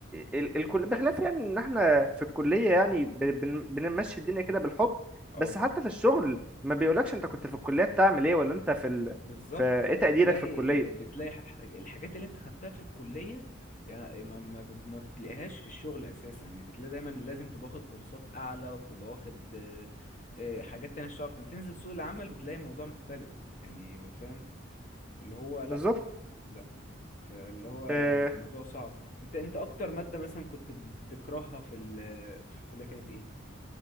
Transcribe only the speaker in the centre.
ال- الكل بخلاف يعني ان احنا في الكليه يعني ب- بن- بنمشي الدنيا كده بالحب
بس حتى في الشغل ما بيقولكش انت كنت في الكليه بتعمل ايه ولا انت في ال...
في ايه
تقديرك
في الكليه
بالظبط
أه